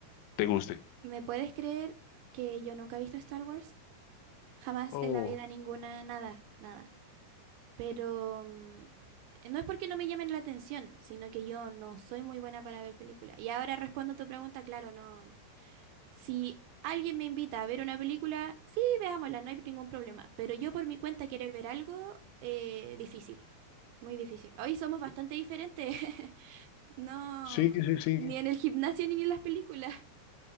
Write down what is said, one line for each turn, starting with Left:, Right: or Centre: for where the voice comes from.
Left: te guste.
Right: ¿Me puedes creer que yo nunca he visto Star Wars? Jamás
Left: Oh,
Right: en la vida ninguna, nada, nada. Pero mm, no es porque no me llamen la atención, sino que yo no soy muy buena para ver películas. Y ahora respondo a tu pregunta, claro, no. Si alguien me invita a ver una película, sí, veámosla, no hay ningún problema. Pero yo por mi cuenta querer ver algo, eh, difícil, muy difícil. Hoy somos bastante diferentes. <laughs> No,
Left: sí, sí, sí.
Right: ni en el gimnasio ni en las películas.